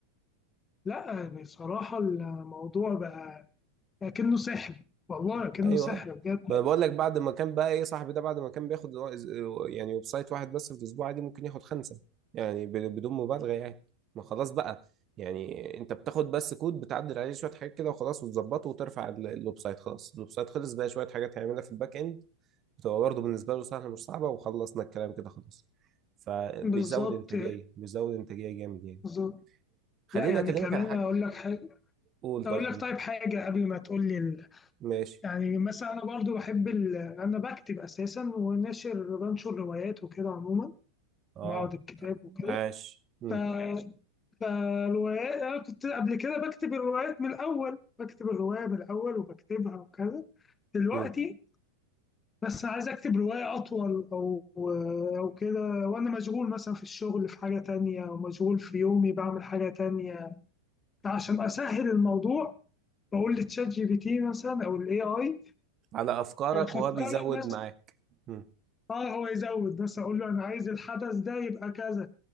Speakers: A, on the left; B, on the right.
A: لا بصراحة الموضوع بقى كأنه سحر والله كأنه
B: ايوه
A: سحر بجد
B: ما انا بقول لك بعد ما كان بقى ايه صاحبي ده بعد ما كان بياخد يعني ويب سايت واحد بس في الاسبوع عادي ممكن ياخد خمسه يعني ب- بدون مبالغه يعني ما خلاص بقى يعني انت بتاخد بس كود بتعدل عليه شويه حاجات كده وخلاص وتظبطه وترفع ال- الويب سايت خلاص الويب سايت خلص بقى شويه حاجات هيعملها في الباك اند بتبقى برضه بالنسبه له سهله مش صعبه وخلصنا الكلام كده خلاص فبيزود
A: بالظبط
B: انتاجيه بيزود انتاجيه جامد يعني
A: بالظبط
B: خليني
A: لا يعني
B: اكلمك
A: كمان
B: على حاجه
A: اقول لك حاجة
B: قول
A: اقول
B: طيب
A: لك
B: انت
A: طيب حاجة قبل ما تقول لي ال...
B: ماشي
A: يعني مثلا انا برضو بحب ال... انا بكتب اساسا وناشر بنشر روايات وكده عموما
B: اه
A: معرض الكتاب وكده
B: عاش مم.
A: ف... فالروايات أنا كنت قبل كده بكتب الروايات من الأول بكتب الرواية من الأول وبكتبها وكذا دلوقتي
B: مم.
A: بس عايز أكتب رواية أطول أو أو كده وأنا مشغول مثلا في الشغل في حاجة تانية أو مشغول في يومي بعمل حاجة تانية فعشان أسهل الموضوع بقول لتشات جي بي تي مثلا أو الاي اي
B: على افكارك
A: فكر
B: وهو بيزود
A: مثلا
B: معاك مم.
A: اه هو يزود بس اقول له انا عايز الحدث ده يبقى كذا